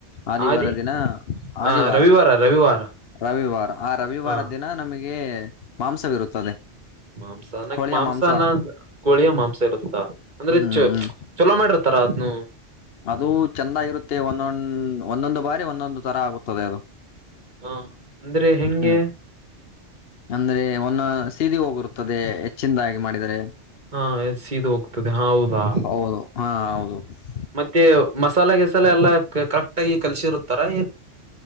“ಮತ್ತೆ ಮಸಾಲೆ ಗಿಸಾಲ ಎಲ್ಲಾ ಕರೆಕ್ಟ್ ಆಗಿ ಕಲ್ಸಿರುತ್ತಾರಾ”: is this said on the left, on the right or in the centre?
Right